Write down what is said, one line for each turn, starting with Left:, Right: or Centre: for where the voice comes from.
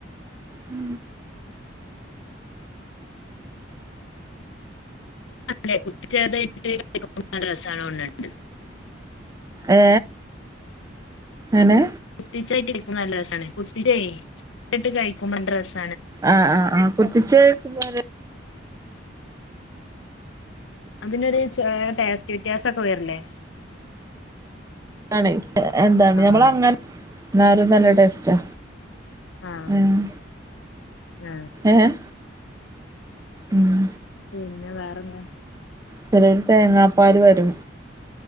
Right: ഉ
Left: ല്ലേട്ട രസണ്ട് <unintelligible>
Right: ഏ ങ്ങനെ
Left: കുത്തിച്ചായിട്ട കക്ക നല്ല രസമാണ് കുത്തിച്ച കുത്തിട്ട് കഴിക്കുമ്പോണ്ട രസം
Right: ആഹ ആഹ് ആ് കുത്തിച്ച് <unintelligible>
Left: അതിനൊരു ടെസ്റ്റ്‌ വ്യത്യാസൊക്കെ വരല്ലേ
Right: ന്താണ് എന്താണ് ഞമ്മൾ
Left: ആഹ്
Right: അങ്ങനെ എന്നാലും നല്ല ടേസ്റ്റാ
Left: ആഹ
Right: ഏഹ്
Left: ഉഹ
Right: ഏഹ് ഉം
Left: പിന്നെ വേറെന്താ
Right: ചിലരു തേങ്ങാപ്പാൽ വരും